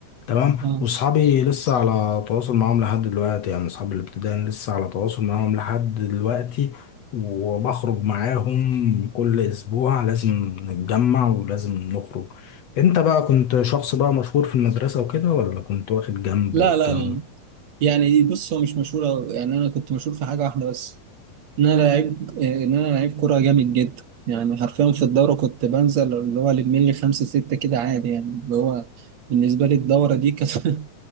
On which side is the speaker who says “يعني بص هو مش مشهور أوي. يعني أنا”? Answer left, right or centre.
Right